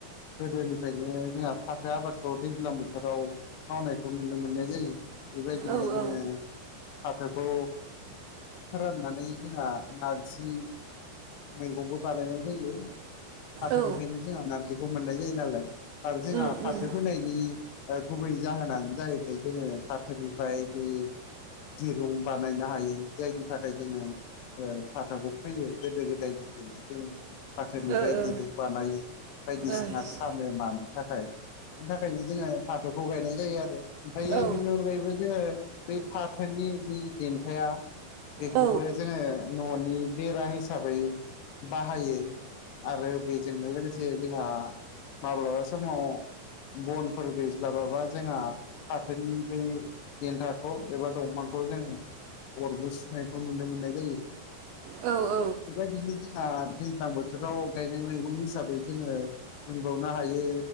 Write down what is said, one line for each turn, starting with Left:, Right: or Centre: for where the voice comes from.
Left: गोदोनिफ्रायनो जोंहा फाथो आबादखौ दैज्लां बोथोराव। मावनायखौ नुनो मोननाय जायो बेबायदिनो
Right: औ
Left: जोङो।
Right: औ
Left: फाथोखौ फोराननानै जोंहा नार जि मैगंबो बानायनाय जायो फाथोनिफ्रायनो
Right: औ
Left: जोंहा नारजिखौ मोननाय जायो नालाय आरो जोंहा
Right: उम
Left: फाथो
Right: उम
Left: फोनाय बिनि ओ गुबै जाहोनानो जाहैबाय जोङो फाथोनिफ्राय बे दिरुं बानायनो हायो जायनि थाखाय जोङो ओ फाथाखौ फैयो गोदो गोदायनिफ्रायनो जोङो। फाथोनिफ्राय
Right: ओ ओ
Left: दिरुं बानायो बायदिसिना
Right: ओ ओ
Left: खालामानो थाखाय बिनि थाखायनो जोङो फाथोखौ गायनाय जायो आरो ओमफ्र
Right: औ
Left: बिनि अनगायैबो जोङो बै फाथोनि बे देन्थाया बेखौबो
Right: औ
Left: जोङो न'नि बेरा हिसाबै बाहायो। आरो बेजोंनो लोगोसे जोंहा माब्लाबा समाव बनफोर गैस्लाबाबा जोंहा फाथोनि बै देन्थाखौ एबा दंफांखौ जोङो अरबो सुनायखौ नुनो मोननाय जायो।
Right: औ ओ
Left: बेबायदिनो जोंहा दैज्लां बोथोराव गायनाय मैगं हिसाबै जोङो मोनबावनो हायो